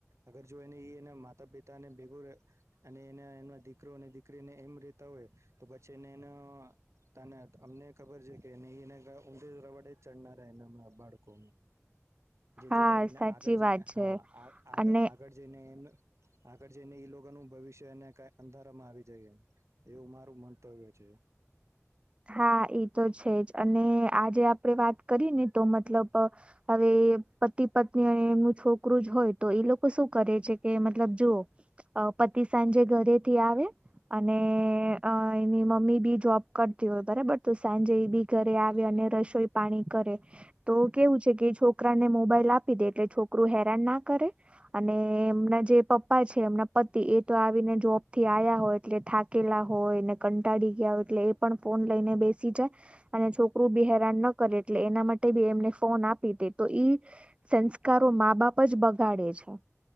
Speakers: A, on the right (about 65°); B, on the right (about 20°).
A: અગર જો એને એના માતા પિતાને ભેગો અને એના એ દીકરો અને દીકરીને એમ રેતા હોય તો પછી એને એ અમને ખબર છે કે ઊંધે રવાડે ચડના રહે બાળકો જેથી
B: હા
A: કરીને
B: સાચી
A: આગળ જે
B: વાત
A: હા
B: છે
A: આ આગ
B: અને
A: આગળ જઈને એમ આગળ જઈને ઈ લોકોનું ભવિષ્ય એને કઈ અંધારામાં આવી જઈ એવું મારું મંતવ્ય છે.
B: હા એ તો છે જ. અને આજે આપણેે વાત કરી ને તો મતલબ હવે પતિ પત્ની અને એમનું છોકરું જ હોય તો એ લોકો શું કરે છે કે મતલબ જુઓ પતિ સાંજે ઘરેથી આવે અને એની મમ્મી બી જોબ કરે બરાબર તો સાંજે બી ઘરે આવે અને રસોઈ પાણી. કરે તો કેવું છે કે છોકરાને મોબાઈલ આપ દે એટલે છોકરું હેરાન ના કરે અને એમના જે પપ્પા છે એમના પતિ એ તો આવીને જોબ થી આ્યા હોય એટલે થાકેલા. હોય એને કંટાળી ગયા હોય એટલે એ પણ ફોન લઈને બેસી જાય અને છોકરું બી હેરાન ન કરે એટલે એના માટે બી એમને ફોન આપી દે તો ઈ સંસ્કારો મા બાપ જ બગાડ ાે છે